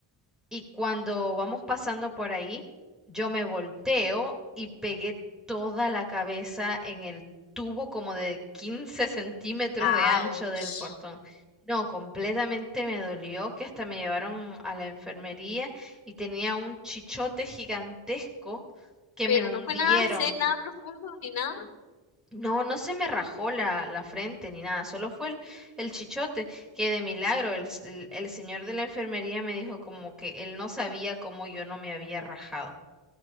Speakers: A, in the centre; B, on the left (about 45°).
A: Y cuando vamos pasando por ahí, yo me volteo y pegué toda la cabeza en el tubo como de quince centímetros
B: Ouch.
A: de ancho del portón. No, completamente me dolió que hasta me llevaron a la enfermería y tenía un chichote gigantesco que
B: Pero
A: me hundieron.
B: no fue nada, sé- nada profundo ni nada.
A: No, no se me rajó la, la frente ni nada, solo fue el, el chichote, que de milagro el, s- el- el señor de la enfermería me dijo como que él no sabía cómo yo no me había rajado.